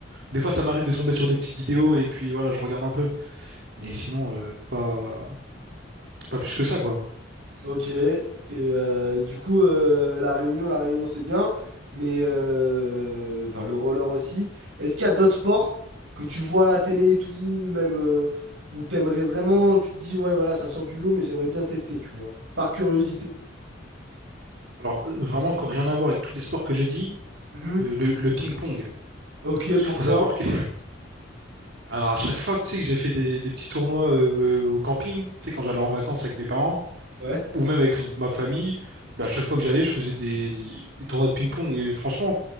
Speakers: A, on the right; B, on the right.
A: Des fois ça m'arrive de tomber sur des petites vidéos et puis voilà, je regarde un peu. Mais
B: Mhm.
A: sinon euh, pas pas plus que ça quoi.
B: Ok, et euh, du coup, euh, la Réunion, la Réunion, c'est bien, mais euh, enfin le roller aussi. Est-ce qu'il y a d'autres sports que tu vois à la télé et tout, ou même euh, où t'aimerais vraiment, tu te dis, ouais, voilà, ça sort du lot, mais j'aimerais bien tester, tu vois, par curiosité.
A: Alors euh, vraiment encore rien à voir avec tous les sports que j'ai dit,
B: Mhm.
A: euh, le, le ping-pong.
B: Ok,
A: Parce
B: pourquoi?
A: qu'il faut savoir que Alors, à chaque fois que tu sais que j'ai fait des, des petits tournois euh, au camping, tu sais, quand j'allais en vacances avec mes parents,
B: Ouais.
A: ou même avec ma famille, bah, à chaque fois que j'allais, je faisais des, des tournois de ping-pong. Et franchement,